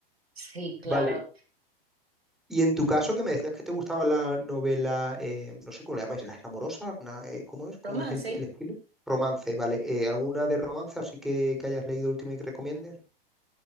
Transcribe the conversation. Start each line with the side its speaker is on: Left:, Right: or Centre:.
Right: Sí, claro.
Centre: Vale. Y en tu caso, que me decías que te gustaba la novela, eh, no sé cómo le llamáis, ¿es amorosa? Arna? Eh, ¿Cómo es? ¿Cómo
Right: Romance.
Centre: es el, el estilo? Romance, vale. Eh, ¿alguna de romance así que, que hayas leído último y que recomiendes?